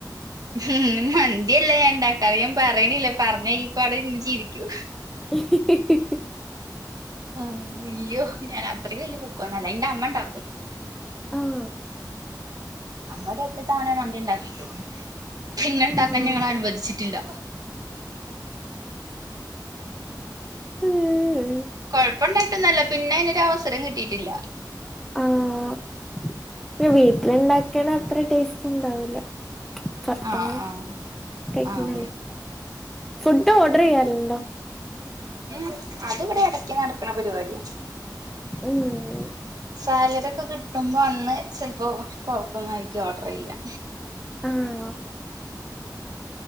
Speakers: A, on the right (about 55°); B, in the centre.
A: ഉം മന്തിയല്ല ഞാൻ ഇണ്ടാക്കാറ് ഞാൻ പറയണില്ല പറഞ്ഞ ഇയ് പട് ഇരുന്ന് ചിരിക്കും
B: <unintelligible>
A: അയ്യോ ഞാൻ അത്രക്ക്‌ വല്യ കുക്കോന്നല്ല എന്റെ അമ്മ ഇണ്ടാക്കും
B: ആഹ്
A: നമ്മള് ഒരറ്റത്തവണേ മന്തി ണ്ടാക്കിട്ടൊള്ളു. പിന്നെ ണ്ടാക്കാൻ
B: ആഹ്
A: ഞങ്ങൾ അനുവദിച്ചിട്ടില്ല.
B: ഉം
A: കൊഴപ്പണ്ടായിട്ടൊന്നല്ല പിന്നെ അയ്നൊരു അവസരം കിട്ടിയിട്ടില്ല.
B: ആഹ് പിന്നെ വീട്ടിലുണ്ടാക്ക്ണ അത്ര ടേസ്റ്റ് ണ്ടാവൂല്ല. പൊർത്
A: ആഹ്
B: ന്ന്
A: ആഹ്
B: കഴ്ക്കുന്നല്ലേ
A: ആഹ്
B: ഫുഡ് ഓർഡർ ചെയ്യാർൽണ്ടോ?
A: ഉം അത് വടെ എടക്ക് നടക്ക്ണ പരിപാടിയാ.
B: ഉംഹ്.
A: സാലറി ഒക്കെ കിട്ടുമ്പോ അന്ന് ചെൽപ്പോ പൊറ്ത്ത്ന്നായിരിക്കും ഓർഡറയ്യാ.
B: ആഹോ